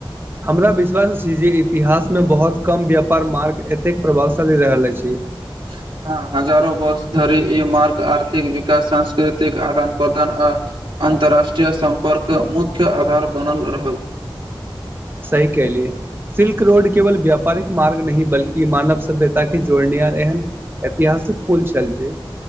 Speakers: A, on the right (about 25°); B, on the right (about 60°).
A: हमरा विश्वास अछी जे इतिहासमे बहुत कम व्यापार मार्ग एतेक प्रभावशाली रहल अछि।
B: <inaudible> हँ हजारो वर्ष धरी ई मार्ग आर्थिक विकास, सांस्कृतिक आदान प्रदान आ अन्तर्राष्ट्रीय सम्पर्क मुख्य आधार बनल रहल।
A: सही कहेलियै सिल्क रोड केवल व्यापारिक मार्ग नहि बल्कि मानव सभ्यता के जोड़ने हार एहन ऐतिहासिक पुल छल जे